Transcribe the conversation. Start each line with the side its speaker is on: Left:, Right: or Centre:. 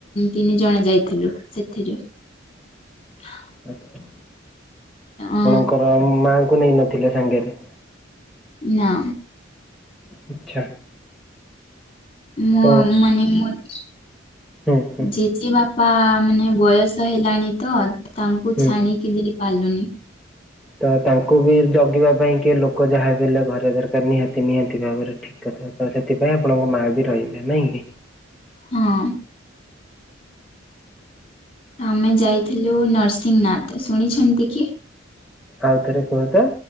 Left: ତିନି ଜଣ ଯାଇଥିଲୁ ସେଥିରେ। <inaudible>
Centre: ଆଛା।
Left: ଅ
Centre: ଆପଣଙ୍କର ମାଙ୍କୁ ନେଇ ନଥିଲେ ସାଙ୍ଗରେ
Left: ନା।
Centre: ଆଚ୍ଛା।
Left: ମୋ
Centre: ତ
Left: ମାନେ ମତ
Centre: ହୁଁ। ହୁଁ
Left: ଜେଜେ ବାପା ମାନେ ବୟସ ହେଲାଣି ତ, ତାଙ୍କୁ
Centre: ହୁଁ
Left: ଛାଡିକି ଦେଇ ପାରିଲୁନି।
Centre: ତ ତାଙ୍କୁ ବି ଜଗିବା ପାଇଁ କି ଲୋକ ଯାହା ବି ହେଲେ ଘରେ ଦରକାର ନିହାତି ନିହାତି ଭାବରେ ଠିକ ତ ସେଥିପାଇଁ ଆପଣଙ୍କ ମା ବି ରହିଲେ ନାଇଁ କି?
Left: ହଁ। ଆମେ ଯାଇଥିଲୁ ନରସିଂହନାଥ ଶୁଣିଛନ୍ତି କି?
Centre: ଆଉଥରେ କୁହତ।